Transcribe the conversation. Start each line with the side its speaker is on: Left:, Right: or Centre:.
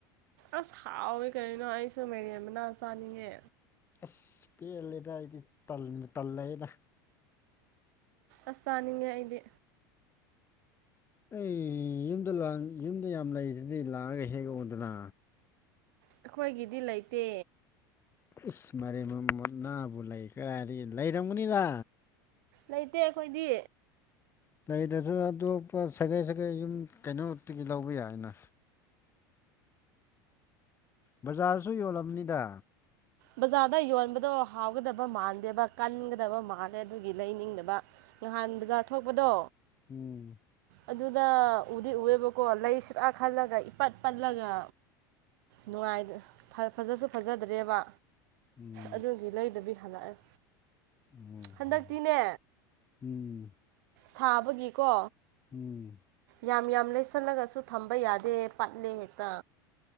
Right: ꯑꯁ ꯍꯥꯎꯏꯤ ꯀꯔꯤꯅꯣ ꯑꯩꯁꯨ ꯃꯦꯔꯦꯟ ꯃꯅꯥ ꯆꯥꯅꯤꯡꯉꯦ
Left: ꯑꯁ ꯄꯦꯜꯂꯦꯗ ꯑꯩꯗꯤ ꯇꯜꯂꯑꯦꯗ
Right: ꯑꯁ ꯆꯥꯅꯤꯡꯉꯦ ꯑꯩꯗꯤ
Left: ꯑꯩ ꯌꯨꯝꯗ ꯌꯨꯝꯗ ꯌꯥꯝ ꯂꯩꯔꯤꯁꯤꯗꯤ ꯂꯥꯛꯑꯒ ꯍꯦꯛ ꯑꯣꯗꯅ
Right: ꯑꯩꯈꯣꯏꯒꯤꯗꯤ ꯂꯩꯇꯦ
Left: ꯏꯁ ꯃ ꯃꯣꯍꯃꯠ ꯅꯥꯕꯨ ꯂꯩ ꯀꯗꯥꯥꯏ ꯍꯥꯏꯗꯤ ꯂꯩꯔꯝꯒꯅꯤꯗ
Right: ꯂꯩꯇꯦ ꯑꯩꯈꯣꯏꯗꯤ
Left: ꯂꯩꯗꯁꯨ ꯑꯇꯣꯞꯄ ꯁꯥꯒꯩ ꯁꯥꯒꯩ ꯌꯨꯝ ꯀꯩꯅꯣꯛꯇꯒꯤ ꯂꯧꯕ ꯌꯥꯏꯅ ꯕꯖꯥꯔꯁꯨ ꯌꯣꯜꯂꯝꯕꯅꯤꯗ
Right: ꯕꯖꯥꯔꯗ ꯌꯣꯟꯕꯗꯣ ꯍꯥꯎꯒꯗꯕ ꯃꯥꯟꯗꯦꯕ ꯀꯟꯒꯗꯕ ꯃꯥꯜꯂꯦ ꯑꯗꯨꯒꯤ ꯂꯩꯅꯤꯡꯗꯕ ꯅꯍꯥꯟ ꯕꯖꯥꯔ ꯊꯣꯛꯄꯗꯣ
Left: ꯎꯝ
Right: ꯑꯗꯨꯗ ꯎꯗꯤꯎꯑꯦꯕꯀꯣ ꯂꯩꯁꯤꯔꯥ ꯈꯜꯂꯒ ꯏꯄꯠ ꯄꯜꯂꯒ ꯅꯨꯡꯉꯥꯏ ꯐꯖꯁꯨ ꯐꯖꯗ꯭ꯔꯦꯕ
Left: ꯎꯝ
Right: ꯑꯗꯨꯒꯤ ꯂꯩꯗꯕꯤ ꯍꯜꯂꯛꯑꯦ
Left: ꯎꯝ
Right: ꯍꯟꯗꯛꯇꯤꯅꯦ
Left: ꯎꯝ ꯎꯝ
Right: ꯁꯥꯕꯒꯤꯀꯣ
Left: ꯎꯝ
Right: ꯌꯥꯝ ꯌꯥꯝ ꯂꯩꯁꯜꯂꯒꯁꯨ ꯊꯝꯕ ꯌꯥꯗꯦ ꯄꯠꯂꯦ ꯍꯦꯛꯇ